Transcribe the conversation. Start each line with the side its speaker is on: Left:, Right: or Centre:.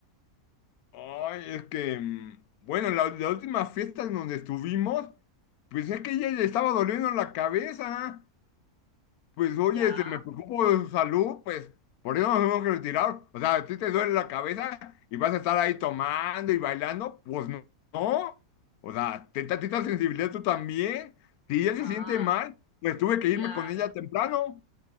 Left: Ay, es que, mm, bueno, la, la última fiesta en donde estuvimos, pues es que ella le estaba doliendo la cabeza. Pues oye,
Right: Ya,
Left: este, me preocupo de su salud, pues por eso nos tenemos que retirar. O sea, a ti te duele la cabeza y vas a estar ahí tomando y bailando, pues no. no. O sea, ten tantita sensibilidad tú también. Si ella
Right: ah,
Left: se siente mal, pues tuve que irme
Right: claro.
Left: con ella temprano.